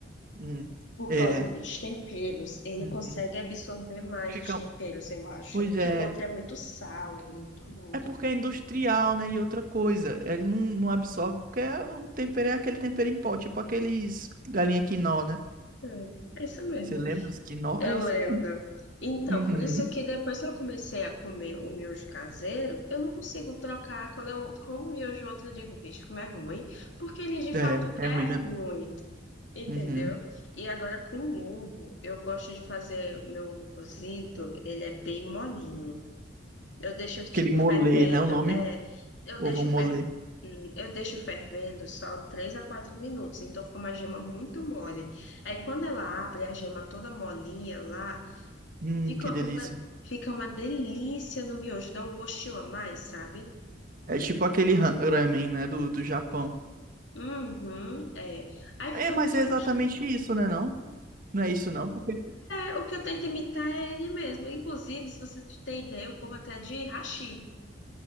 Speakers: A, on the right; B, on the left.
A: Hum,
B: Por
A: É.
B: causa dos temperos, ele
A: Uhum.
B: consegue absorver mais
A: Fica.
B: os temperos,
A: um-
B: eu acho.
A: Pois
B: Porque
A: é.
B: o outro é muito sal, é muito.
A: É porque é industrial, né? E outra coisa, ele não, não absorve, porque é- o tempero é aquele tempero em pó, tipo aqueles galinha quinó, né?
B: É, é isso mesmo.
A: Você lembra os quinó?
B: Eu
A: É isso
B: lembro.
A: mesmo.
B: Então,
A: Uhum.
B: por isso que depois que eu comecei a comer o miojo caseiro, eu não consigo trocar. Quando eu como miojo outro, eu digo, vixe, como é ruim. Porque ele de fato
A: É, é
B: é
A: ruim mesmo.
B: ruim. Entendeu?
A: Uhum.
B: E agora com o ovo, eu gosto de fazer meu ovo cozido, ele é bem molinho. Eu deixo tipo
A: Aquele molê,
B: fervendo,
A: né? O nome?
B: é, eu
A: Ovo
B: deixo
A: molê.
B: fer, hum, eu deixo fervendo só 3 a 4 minutos, então fica uma gema muito mole. Aí quando ela abre a gema toda molinha lá,
A: Hum,
B: fica
A: que delícia.
B: uma fica uma delícia no miojo, dá um gostinho a mais, sabe?
A: É tipo aquele ra- ramen, né, do, do Japão.
B: Uhum, é. Aí
A: É,
B: fica
A: mas
B: muito
A: é exatamente
B: gostoso.
A: isso, né, não? Não é isso não, porque
B: É, o que eu tento imitar é ele mesmo. Inclusive, se você tem ideia, eu como até de hashi.